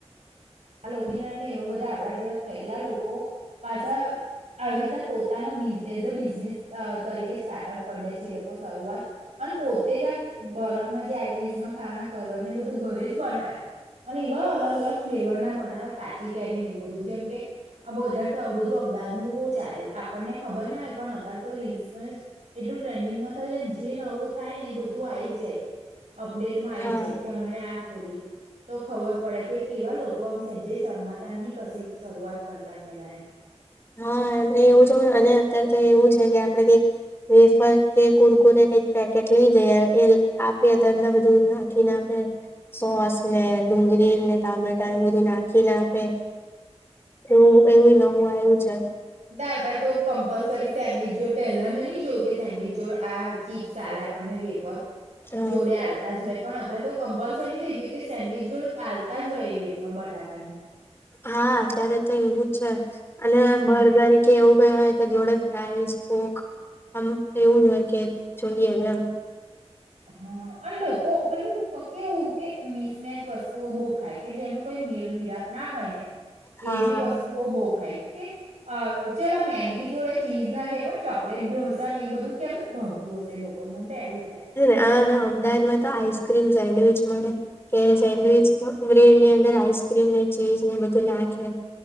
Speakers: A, on the right (about 80°); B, on the left (about 20°).
A: નઈ એવા બધા આપડા જેવા થયેલા લોકો પાછા આવી રીતના પોતાનો બ એઝ અ બિઝનેસ તરીકે સ્ટાર્ટઅપ કરી દે છે એ લોકો શરૂઆત અન પોતે જ આ બરફમાં જે આઈસડીશમાં ખાવાના કલરને બધું ઘરે જ બનાવે અને એવા અલગ અલગ ફ્લેવર ના બનાવે કાચી કેરીને એવું બધું જેમ કે આ બધારે તો આવું બધું અમદાવાદમાં બઉ ચાલે આપણને ખબર ના હોય પણ અત્યારે તો રીલ્સ એટલું ટ્રેન્ડિંગમાં થયું છે જે નવું થાય ને એ બધું આઈ જાય અપડેટમાં આવી
B: હા.
A: જાય કે આણે આ ખોલ્યું. તો ખબર પડે કે કેવા લોક કો આમ સંજય શર્માતા નહી કસી શરૂઆત કરતા પેહેલા એ.
B: હા અને એવું છે અને અત્યારે તો એવું છે કે આપડે કઈક વેફર કે કુરકુરેને કઈક પેકેટ લઈ જઈએ એ આપી અત બધું નાખી નાખે સોસ ને ડુંગળી ને ટામેટા એવુ બધું નાખી ના આપે. એવું એવું નવું એવુ. છા.
A: તાર તાર તો કમ્પલસરી સેન્ડવીચ જો પહેલા મેં નહી જોયું કે સેન્ડવીચ જોડ આ ચીપ્સ આલે આપણને વેર પર
B: હા.
A: જોડે આવતા જ હોય પણ અત્યારે તો કમ્પલસરી થઈ ગયું કે સેન્ડવિચ જોડું ચાલતા જ હોય એ બેફોર બટાકાની.
B: હા અત્યારે તો એવું છે. અને
A: હમ્મ
B: બરગર કે એવું લઇ હોય તો જોડે રાઈસ સ્પોક આમ એવું જ હોય કે જોઈએ એમ.
A: હ અન લોકો પેલું કેવું કે મિસમેચ વસ્તુઓ બહુ ખાય કે જેનું કોઈ મેલ મિલાપ ના હોય ને
B: હા
A: એવી વસ્તુઓ બોખાય. કે અ ચલા મેગી જોડે ચીઝ ના કેહે પણ ચોકલેટ ઢોસા એ બધું ક્યારે ક ભાવતું હશે લો? કો મન આવું થાય.
B: આ અમદાવાદ માં તો આઈસક્રીમ સેન્ડવીચ મળે. કે સેન્ડવિચ બ્રે ની અંદર આઈસક્રીમ ને ચીઝ ને બધું નાખે.